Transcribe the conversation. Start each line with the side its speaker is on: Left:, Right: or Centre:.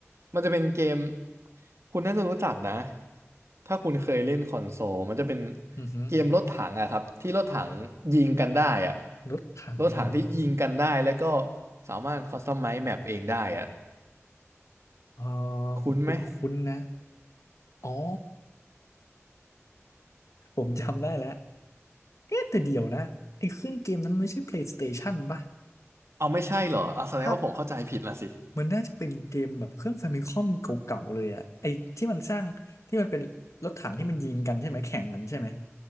Right: มันจะเป็นเกมคุณน่าจะรู้จักนะถ้าคุณเคยเล่นคอนโซลมันจะเป็น
Left: อืม
Right: เกมรถถังอะครับที่รถถังยิงกันได้อะ
Left: รถถังนี่กัน
Right: รถถังที่ยิงกันได้แล้วก็สามารถคอสตอมไมซ์แมปเองได้อะ
Left: อ๋อ
Right: คุ้นไหม
Left: ผมคุ้นๆนะอ๋อ ผมจำได้แล้วเอ๊ะแต่เดี๋ยวนะไอ้เครื่องเกมนั้นมันไม่ใช่ PlayStation ป่ะ
Right: เอาไม่ใช่เหรอเอาแสดงว่าผมเข้าใจผิดละสิ
Left: ภาพมันน่าจะเป็นเกมแบบเครื่อง f ฟมิคอมเก่าๆเลยอะไอ้ที่มันสร้าง ที่มันเป็นรถถังที่มันยิงกันใช่ไหมแข่งกันใช่ไหม